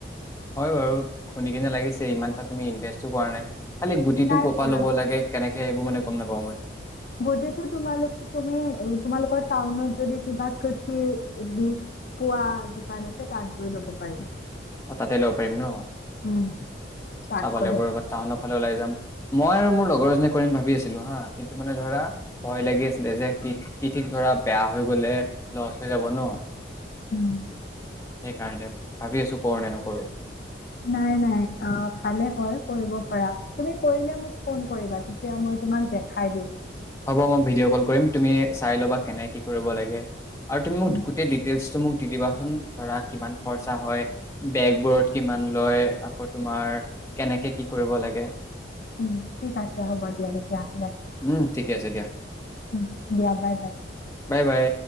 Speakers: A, on the left (about 15°); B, on the left (about 50°).
A: হয় বাৰু শুনি কেনে লাগিছে ইমান এটা তুমি ইনভেষ্টটো কৰা নাই খালি গুটিটো
B: নাই
A: কপা
B: কৰা।
A: ল'ব লাগে কেনেকে সে সেইবোৰ মানে গম নাপাওঁ মই
B: গোটেইটো তোমালোক তুমি তোমালোকৰ টাউনত যদি কিবা কৃষি বীজ পোৱা দোকান আছে তাত গৈ লব পাৰিবা
A: অ তাতে ল'ব পাৰিম ন
B: উম তাত
A: চাব
B: গ'লে
A: লাগিব ৰবা তাত ফালে ওলাই যাম মই আৰু মোৰ লগৰজনীয়ে কৰিম ভাবি আছিলো হা কিন্তু মানে ধৰা ভয় লাগি আছিলে যে কি কি ঠিক ধৰা বেয়া হৈ গলে লচ হৈ যাব ন
B: উম
A: সেইকাৰণে ভাবি আছো কৰো নে নকৰোঁ
B: নাই নাই অ ভালে হয় কৰিব পাৰা তুমি কৰিলে মোক ফোন কৰিবা তেতিয়া মই তোমাক দেখাই দিম
A: হ'ব মই ভিডিঅ' কল কৰিম তুমি চাই ল'বা কেনে কি কৰিব লাগে আৰু তুমি মোক
B: উম
A: গোটেই ডিটেইলচটো মোক দি দিবাচোন ধৰা কিমান খৰচা হয় বেগবোৰত কিমান লয় আকৌ তোমাৰ কেনেকে কি কৰিব লাগে
B: উম ঠিক আছে হ'ব দিয়া তেতিয়া হ'লে
A: উম ঠিকে আছে দিয়া
B: উম দিয়া বাই বাই
A: বাই বাই